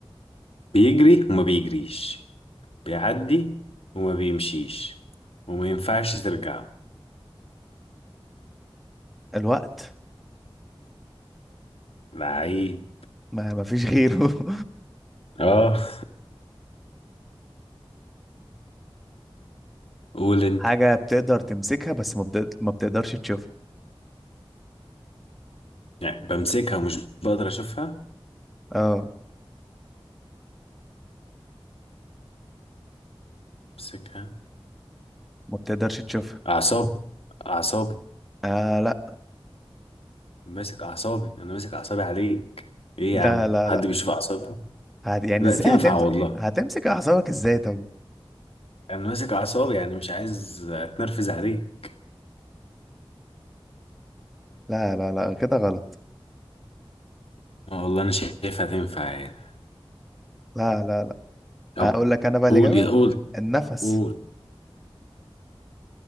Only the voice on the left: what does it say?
بيجري وما بيجريش بيعدي وما بيمشيش وما ينفعش ترجعه
لعيب
اه <laughs> قول انت
يعني بمسكها ومش بقدر اشوفها
بمسكها
اعصابي اعصابي
ماسك اعصابي انا ماسك اعصابي عليك ايه
يا عم
حد
بيشوف اعصابي
لا
تنفع
والله
انا ماسك اعصابي يعني مش عايز اتنرفز عليك
والله انا شايفها تنفع يعني
طب
قول
ايه قول
قول